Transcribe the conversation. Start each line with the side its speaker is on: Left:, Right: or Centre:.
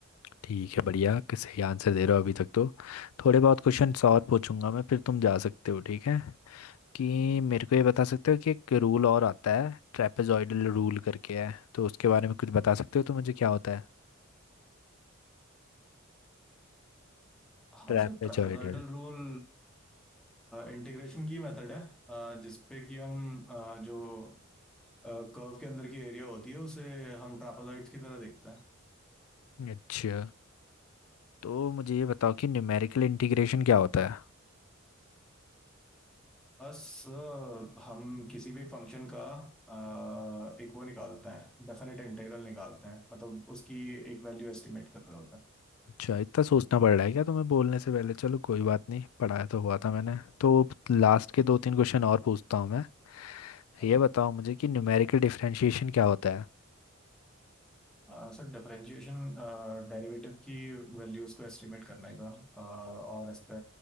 Left: ठीक है बढ़िया कि सही आंसर दे रहे हो अभी तक तो थोड़े बहुत क्वेश्चंस और पूछूंगा मैं फिर तुम जा सकते हो ठीक है कि मेरे को ये बता सकते हो कि एक रूल और आता है ट्रेपेजॉइडल रूल करके है तो उसके बारे में कुछ बता सकते हो तो मुझे क्या होता है
Centre: हाँ
Left: ट्रेपेजॉइडल
Centre: सर ट्रेपेजॉइडल रूल इंटीग्रेशन की मेथड है अ, जिसपे कि हम अ, जो कर्व के अंदर की एरिया होती है उसे हम ट्रापेजॉइड्स की तरह देखते हैं
Left: अच्छा तो मुझे ये बताओ कि न्यूमेरिकल इंटीग्रेशन क्या होता है
Centre: सर हम किसी भी एक फंक्शन का अ, एक वो निकालते हैं डेफिनेट इंटीग्रल निकालते हैं मतलब उसकी एक वैल्यू एस्टिमेट कर रहे होते
Left: अच्छा इतना सोचना पड़ रहा है क्या तुम्हें बोलने से पहले चलो कोई बात नहीं पढ़ाया तो हुआ था मैंने तो लास्ट के दो तीन क्वेश्चन और पूछता हूँ मैं
Centre: हैं
Left: ये बताओ मुझे कि न्यूमेरिकल डिफरेंशिएशन क्या होता है
Centre: अ, सर डिफरेंशिएशन डेरिवेटिव की वैल्यूज को एस्टिमेट करने का अ, और इस पे